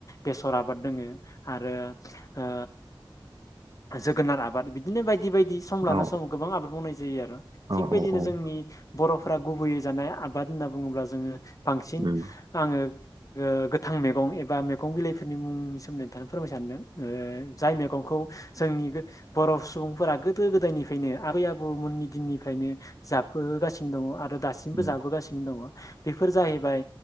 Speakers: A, on the left; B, on the right.
A: बेसर आबाद दोङो आरो ओ जोगोनार आबाद बिदिनो बायदि बायदि बायदि सम लाना
B: औ
A: समाव गोबां आबाद मावनाय जायो आरो
B: औ
A: थिग बेबायदिनो
B: औ उम
A: जोंनि बर'फोरा गुबैयै जानाय आबाद होनना बुङोब्ला जोङो बांसिन
B: उम
A: आङो ओ गोथां मैगं एबा मैगं बिलाइफोरनि मुंनिसोमोन्दै नोंथांनो फोरमायनो सानदों। जाय मैगंखौ जोंनि बर' सुबुंफोरा गोदो गोदायनिफ्रायनो आबै आबौमोननि दिननिफ्रायनो जाफो गासिनो दङ आरो दासिमबो
B: उम
A: जाबोगासिनो दङ। बेफोर जाहैबाय